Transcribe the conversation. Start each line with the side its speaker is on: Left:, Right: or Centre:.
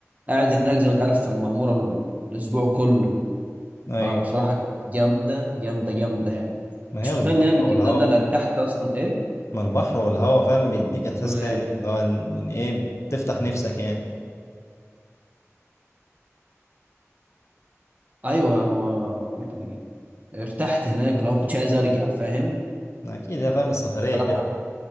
Right: قاعد هناك زي ما انت عارف في المعموره ال- الاسبوع كله
Left: ايوه
Right: فبصراحه كانت جامده جامده جامده يعني
Left: ما هي
Right: مش
Left: البحر
Right: متخيل ان هي بالجمدان
Left: والهواء
Right: ده انا ارتحت اصلا ايه
Left: ما البحر والهواء فاهم بيديك احساس
Right: تقول
Left: تاني
Right: إيه؟
Left: اللي هو ان إن ايه بتفتح نفسك يعني
Right: ايوه انا يعني ارتحت هناك لو ما كنتش عايز ارجع فاهم
Left: اكيد يا فاهم السفريه
Right: صراحه
Left: كده